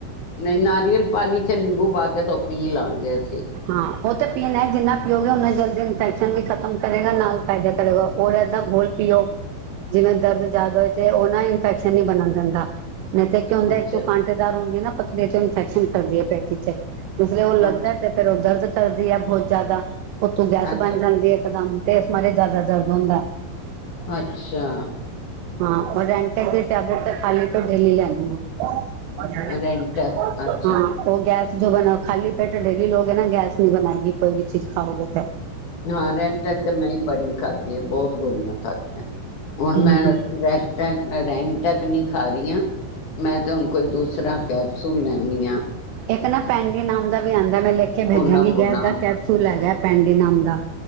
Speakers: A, on the left; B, on the right.
A: ਨਹੀਂ ਨਾਰੀਅਲ ਪਾਣੀ ਚ ਨਿੰਬੂ ਪਾ ਕੇ ਧੋ ਪੀ ਲਵਾਂਗੇ ਅਸੀਂ।
B: ਹਾਂ ਉਹ ਤਾਂ ਪੀਣਾ ਜਿੰਨਾ ਪੀਓਗੇ ਉਨਾ ਜਲਦੀ ਇਨਫੈਕਸ਼ਨ ਵੀ ਖ਼ਤਮ ਕਰੇਗਾ ਨਾਲ ਫਾਇਦਾ ਕਰੇਗਾ ਉਹਰ ਇਹਾਂ ਗੋਲ ਪੀਓ ਜਿਵੇਂ ਦਰਦ ਜਿਆਦਾ ਹੋਏ ਤੇ ਉਹ ਨਾ ਇਨਫੈਕਸ਼ਨ। ਇਥੇ ਨੀ ਬਣਨ ਦਿੰਦਾ ਨਹੀਂ ਤੇ ਕਿਉ ਹੁੰਦਾ
A: ਅੱਛਾ
B: ਇੱਕ ਕਟ ਦਾਰ ਹੁੰਦੀ ਹੈ ਨਾ ਪੱਥਰੀ ਚ ਇਨਫੈਕਸ਼ਨ ਕਰਦੀ ਹੈ ਪੇਟੀ ਚ ਇਸਲੇ ਉਹ ਲਗਦਾ।
A: ਅੱਛਾ
B: ਤੇ ਫੇਿਰ ਉਹ ਦਰਦ ਕਰਦੀ ਹੈ ਬਹੁਤ ਜ਼ਿਆਦਾ ਉੱਤੋਂ ਗੈਸ
A: ਅੱਛਾ
B: ਬਣ ਜਾਂਦੀ ਹੈ ਇਕਦਮ। ਤੇ ਇਸ ਮਾਰੇ ਜ਼ਿਆਦਾ ਦਰਦ ਹੁੰਦਾ।
A: ਅੱਛਾ।
B: ਹਾਂ ਔਰਟੈ ਦੀ ਟੈਬਲੇਟ ਤਾਂ ਖਾਲੀ ਤੋਂ ਢਲੀ ਲੈਣੀ। ਹਮ।
A: ਰੈਂਟਕ ਅੱਛਾ
B: ਉਹ ਗੈਸ ਜੋ ਬਣਾ ਖਾਲੀ ਪੇਟ ਡੇਲੀ ਲੋਕਗੇ ਨਾ ਗੈਸ ਨ ਨਹੀਂ ਬਣਾਏਗੀ ਕੋਈ ਵੀ ਚੀਜ਼ ਖਾਓਗੇ ਤਾਂ
A: ਹਾਂ ਰੈਂਟਕ ਤੇ ਮੈਂ ਹੀ ਬੜੀ ਖਾਧੀ ਹੈ ਬਹੁਤ ਗੋਲੀਆਂ ਖਾਧੀਆਂ ਹੁਣ
B: ਹੂੰ
A: ਮੈਂ ਰ
B: ਹੂੰ
A: <unintelligible> ਕੋਈ ਦੂਸਰਾ ਕੈਪਸੂਲ ਲੈਂਦੀ ਹੈ।
B: ਇੱਕ ਨਾ ਪੈਣਡ ਨਾਮ ਦਾ ਵੀ ਆਉਂਦਾ ਮੈਂ ਲਿਖ ਕੇ
A: ਪੋਲਾ
B: ਭੇਜਾਂਗੀ
A: ਪੋਲਾ
B: ਗੈਸ ਦਾ ਕੈਪਸੂਲ ਸੂਲ ਹੈਗਾ ਪੈਂਡੀਨਾਮ ਦਾ